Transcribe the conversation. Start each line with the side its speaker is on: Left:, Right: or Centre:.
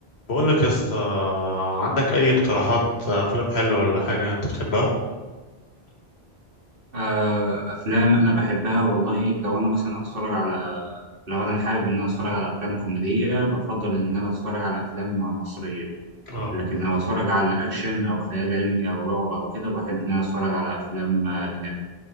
Left: بقول لك يا اسطى عندك اي اقتراحات افلام حلوه ولا حاجه انت بتحبها
Right: آه، افلام انا بحبها والله لو انا مثلا اتفرج على لو انا حابب ان انا اتفرج على افلام كوميديه بفضل ان انا اتفرج على افلام مصريه
Left: اه
Right: لكن لو اتفرج على اكشن او خيال علمي او رعب او كده بحب ان انا اتفرج على افلام آه، اجنبي